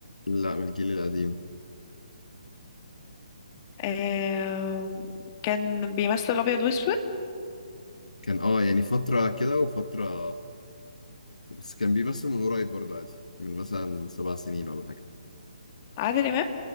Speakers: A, on the left (about 70°); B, on the left (about 25°).
A: لا من الجيل القديم
B: آه كان بيمثل ابيض واسود
A: كان اه يعني فتره كده وفتره بس كان بيمثل من قريب برضو عادي من مثلا سبع سنين ولا حاجة
B: عادل امام